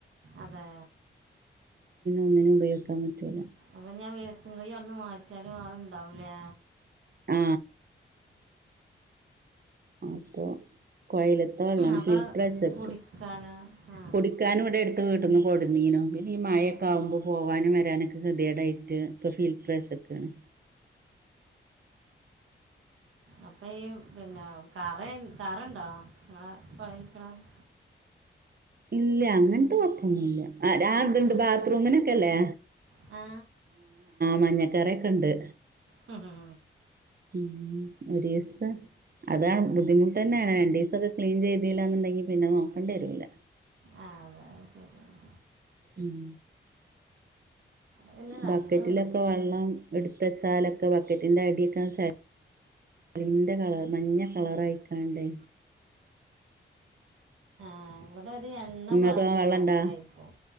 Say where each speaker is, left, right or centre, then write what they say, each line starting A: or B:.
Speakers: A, on the right; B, on the right.
A: അതെ
B: ഒന്നിനും ഉപയോഗിക്കാൻ പറ്റൂല്ല
A: അപ്പൊ ഇഞാ വേസ്റ്റും കുഴി അവിട്ന്ന് മാറ്റ്യാലും അത് ഇണ്ടാവുംലേ
B: ആ അപ്പൊ കൊഴല് ത്തെ വെള്ളാണ്
A: അപ്പം
B: ഫിൽട്ടർ വെച്ചക്ക്
A: കുടിക്കാനോ ആ
B: കുടിക്കാനും ഇവ്ടെ എ ട് വീട്ട്ന്ന് കൊടുന്നീനൂ പിന്നെ ഈ മഴൊക്ക ആവുമ്പോ പോവാനും വരാനൊക്കെ കെതിയെടായിട്ട് ഇപ്പൊ ഫിൽറ്ററെച്ച്ക്കാണ്
A: അപ്പേയും പിന്നെ കറെ കറണ്ടോ ങ്ങളെ കൊഴല് കെണറ്
B: ഇല്ല അങ്ങനത്തെ കൊഴപ്പൊന്നുല്ല ആ രാന്ത്ണ്ട്
A: ഉം.
B: ബാത്റൂമിന് ക്കല്ലേ
A: ആ
B: മഞ്ഞക്കറെക്കെണ്ട്
A: മ് ഹും
B: ഉം ഒരീസാ അതാണ് ബുദ്ധിമു തന്നേണ് രണ്ടീസൊക്കെ ക്ലീൻ ചെയ്തില്ലാന്നുണ്ടെങ്കി പിന്നെ നോക്കണ്ടിരൂല്ല
A: ആ അതെ അത്ശരിയാണ്
B: ഉം
A: പിന്നെ രണ്ടും
B: ബക്കറ്റിലൊക്കെ
A: ഉണ്ട്
B: വെള്ളം എടു ത്തച്ചാലൊക്കെ ബക്കറ്റിന്റെ അടിയൊക്കെ ചളിന്റെ കളറ് മഞ്ഞ കളറായിക്കാണ്ടേ
A: അവിടൊരു എണ്ണ
B: നിങ്ങക്ക്
A: പാക്യമായിരിക്കേക്കും
B: വെള്ളണ്ടാ